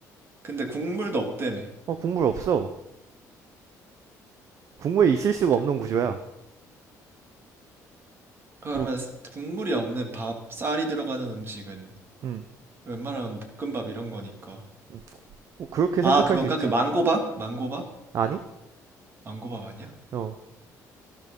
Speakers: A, on the right; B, on the right.
A: 근데 국물도 없다며
B: 어, 국물 없어. 국물에 있을 수가
A: 태-
B: 없는 구조야.
A: 음. 그러면
B: 뭐,
A: 스- 국물이 없는 밥 쌀이 들어가는 음식은
B: 음,
A: 웬만하면 볶음밥 이런 거니까
B: 음, 뭐 그렇게 생각할
A: 아 그건가
B: 수 있지.
A: 그 망고밥 망고밥
B: 아니?
A: 망고밥 아니야?
B: 어,